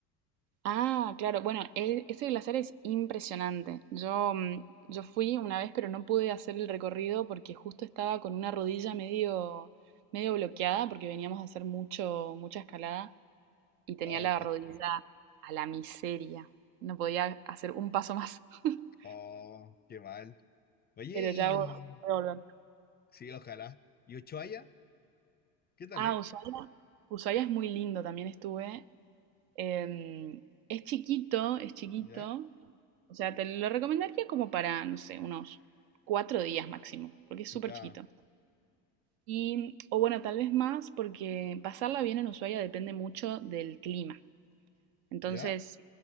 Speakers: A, on the right (about 70°); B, on the left (about 20°).
A: Ah, claro. Bueno, e- ese glaciar es impresionante. Yo, mm, yo fui una vez, pero no pude hacer el recorrido porque justo estaba con una rodilla medio, medio bloqueada porque veníamos a hacer mucho, mucha escalada y tenía
B: Oh,
A: la
B: co-
A: rodilla a la miseria. No podía hacer un paso más. <laughs>
B: oh, qué mal. Oye,
A: Pero
B: y
A: ya voy voy a volver.
B: sí, ojalá. ¿Y Ushuaia? ¿Qué tal,
A: Ah,
B: eh?
A: Ushuaia. Ushuaia es muy lindo, también estuve. Em, es chiquito, es chiquito.
B: ¿Ya?
A: O sea, te lo recomendaría como para, no sé, unos cuatro días máximo, porque es
B: ¿Ya?
A: súper chiquito. Y, o bueno, tal vez más, porque pasarla bien en Ushuaia depende mucho del clima. Entonces,
B: ¿Ya?